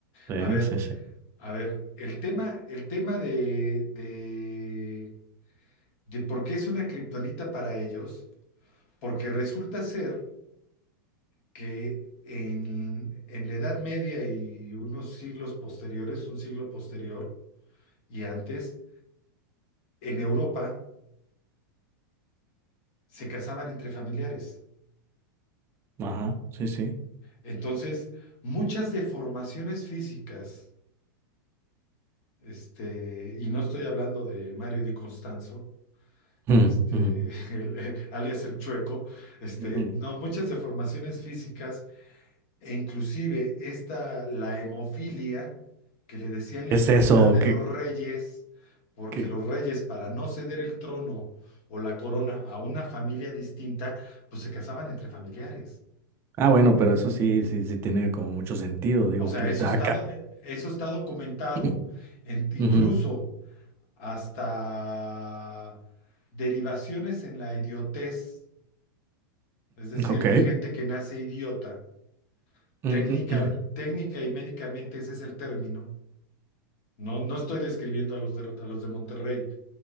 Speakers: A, on the right; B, on the left.
A: Sí,
B: A ver,
A: sí, sí.
B: a ver, el tema, el tema de, de, de por qué es una kriptonita para ellos, porque resulta ser que en, en la Edad Media y unos siglos posteriores, un siglo posterior y antes, en Europa se casaban entre familiares.
A: Ajá, sí, sí.
B: Entonces, muchas deformaciones físicas, este, y no estoy hablando de Mario Di Constanzo,
A: Mm,
B: este,
A: ujú.
B: <laughs> el- alias el chueco, este,
A: Ujú.
B: no, muchas deformaciones físicas e inclusive esta, la hemofilia, que le decían la
A: Es
B: enfermedad
A: eso,
B: de
A: que,
B: los reyes, porque
A: que...
B: los reyes para no ceder el trono o la corona a una familia distinta, pues se casaban entre familiares.
A: Ah, bueno, pero eso sí, sí, sí tiene como mucho sentido. Digo,
B: O sea,
A: pues
B: eso
A: da
B: está,
A: acá.
B: do- eh, eso está documentado,
A: <clears throat>
B: En- incluso
A: Ujú.
B: hasta derivaciones en la idiotez es decir,
A: Ok.
B: de gente que nace idiota.
A: Mm,
B: Técnica,
A: mm, mm.
B: técnica y médicamente ese es el término. No, no estoy describiendo a los de, a los de Monterrey,